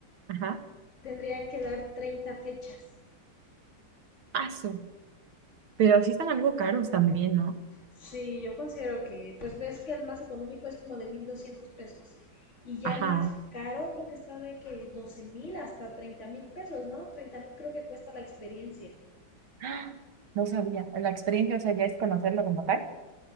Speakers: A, on the right; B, on the left.
A: Ajá,
B: tendría que dar 30 fechas.
A: paso. Pero sí están algo caros también, ¿no?
B: Sí, yo considero que, pues ves que el más económico es como de 1.200 pesos. Y ya
A: Ajá.
B: el más caro creo que está de que 12.000 hasta 30.000 pesos, ¿no? 30.000 creo que cuesta la experiencia.
A: ¡Ah! No sabía. La experiencia, o sea, ya es conocerlo como tal.